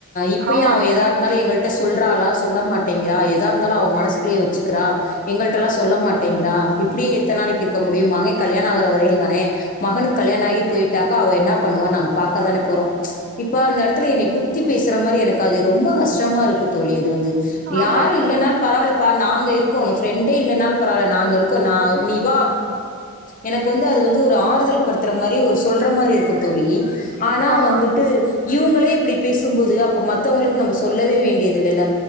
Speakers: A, on the left; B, on the right.
A: இப்ப
B: ஆமா
A: அவ இருந்தாலு எங்கள்ட சொல்றா சொல்ல மாட் மாட்டிங்கிளா எத இருந்தாலு அவ மனசுக்குலே வச் டை வச்சுக்கிறா எங்கள்டல்லா சொல்ல மாட்டேங்கிறா இப்புடியே எத்தன் நாளைக்கி க முடியும் மகன் கல்யாணம் ஆக வரையுந்தானே மகனுக்கு கல்யாணம் ஆயி போயிட்டாக்கா அவ என்ன பண்ணுவானு நாங்க பாக்க தானே ச் இப்ப அந்த எடத்துல என்ன குத்தி பேசுற மாரி எனக்கு அது ரொம்ப கஷ்டமாருக்கு தோழி அது வந்து
B: ஆமா
A: யாரு
B: தோழி
A: இல்லன்னால் பரவாலப்பா நாங்க இருக் ஒனக் ஃப்ரெண்டே இல்லன்னாலு பராவால்ல நாங்க இருக்கோ நா நீ வா எனக்கு வந்து அது வந்து ஒரு ஆறுதல் படுத்துற மாரி ஒரு சொல்ற மாரி இருக்குந்தோழி ஆனா
B: ஆமா
A: வந்துட்டு இவுங்களே இப்டி பேசும்போது அப்போ மத்தவங்களுக்கு நம்ப சொல்லவே வேண்டியதுல்ல